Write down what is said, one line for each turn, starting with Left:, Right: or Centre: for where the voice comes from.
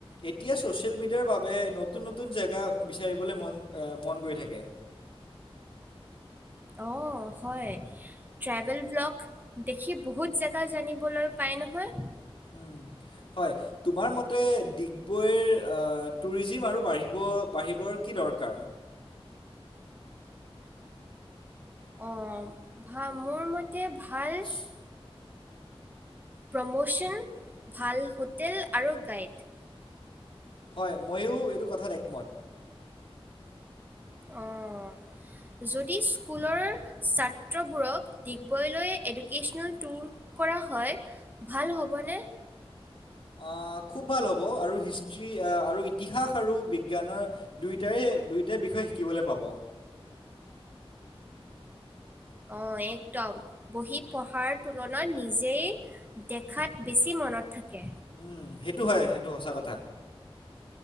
Left: এতিয়া ছ'চিয়েল মিডিয়াৰ বাবে নতুন নতুন জেগা বিচাৰিবলৈ মন অহ মন গৈ থাকে।
Right: অ', হয়। ট্ৰেভেল ব্ল'গ দেখি বহুত জেগা জানিবলৈ পায় নহয়। <inaudible>
Left: উম, হয়। তোমাৰ মতে ডিগবৈৰ আহ টুৰিজিম আৰু বাঢ়িব বাঢ়িবৰ কি দৰকাৰ?
Right: অ', ভা মোৰ মতে ভাল
Left: <inaudible>
Right: প্ৰমোচন ভাল হোটেল আৰু গাইড।
Left: হয়, ময়ো এইটো কথাত একমত।
Right: অ', যদি স্কুলৰ ছাত্ৰবোৰক ডিগবৈলৈ এডুকেশ্বনেল টুৰ কৰা হয় ভাল হ'বনে?
Left: আহ খুব ভাল হ'ব আৰু হিষ্ট্ৰি আৰু ইতিহাস আৰু বিজ্ঞানৰ দুইটাৰে দুইটা বিষয়ে শিকিবলৈ পাব।
Right: অ', একদম বহি পঢ়াৰ তুলনাত নিজেই দেখাত বেছি মনত থাকে।
Left: উম, সেইটো হয় সেইটো সচাঁ কথা।